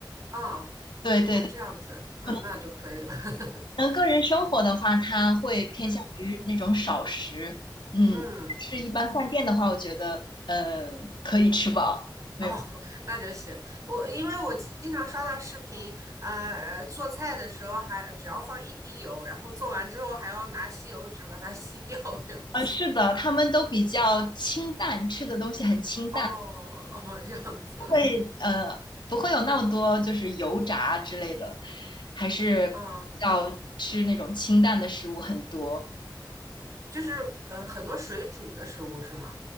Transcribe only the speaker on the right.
嗯，
啊，这样子，那那就可以了。
<laughs>
嗯
嗯，
哦，<laughs> 那就行。我因为我经常刷到视频，呃，做菜的时候还只要放一滴油，然后做完之后还要拿吸油纸把它吸掉那样子。
哦哦，这样子，
嗯，就是呃，很多水煮的食物是吗？